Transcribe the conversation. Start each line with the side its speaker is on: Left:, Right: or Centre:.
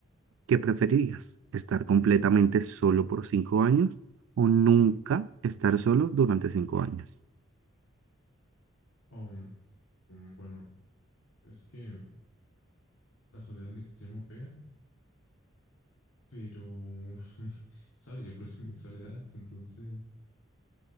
Right: ¿Qué preferirías? ¿Estar completamente solo por cinco años o nunca estar solo durante cinco años?
Left: O, mm, mm, bueno, es que la soledad en extremo pega, pero, <laughs> sabes, yo aprecio mi soledad, entonces